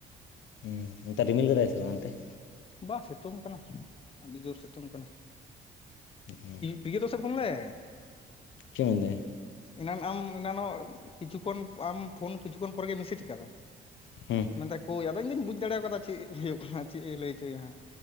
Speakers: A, on the left; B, on the left.
A: ᱦᱮᱸ ᱚᱱᱛᱮ ᱨᱤᱢᱤᱞ ᱠᱟᱫᱟᱭ ᱥᱮᱵᱟᱝ ᱚᱱᱛᱮ?
B: ᱵᱟᱦ ᱥᱤᱛᱳᱝ ᱠᱟᱱᱟ ᱟᱹᱰᱤ ᱡᱳᱨ ᱥᱤᱛᱳᱝ ᱠᱟᱱᱟ
A: ᱦᱩᱸ
B: ᱯᱤᱜᱟᱹᱫᱚᱥᱮ ᱯᱷᱳᱱᱞᱮᱼᱼ
A: ᱪᱮ ᱢᱮᱱᱫᱟᱭ
B: ᱮᱱᱟᱱ ᱟᱢ ᱮᱱᱟᱱᱚᱜ ᱠᱤᱪᱷᱩ ᱠᱷᱚᱱ ᱟᱢ ᱯᱷᱳᱱ ᱠᱤᱪᱷᱩᱠᱷᱚᱱ ᱯᱚᱨᱮᱜᱮ ᱢᱮᱥᱮᱡ ᱟᱠᱟᱫᱟ ᱾
A: ᱦᱮᱸ
B: ᱢᱮᱱᱫᱟᱭ ᱠᱳᱭ ᱟᱫᱚ ᱤᱧ ᱫᱩᱧ ᱵᱩᱡᱽ ᱫᱟᱲᱮᱣ ᱠᱟᱫᱟ ᱪᱮᱫ ᱦᱩᱭᱩᱜ ᱟᱦᱟᱸᱜ ᱪᱮᱫ ᱮ ᱞᱟᱹᱭ ᱦᱚᱪᱚᱭᱟ ᱦᱟᱸᱜ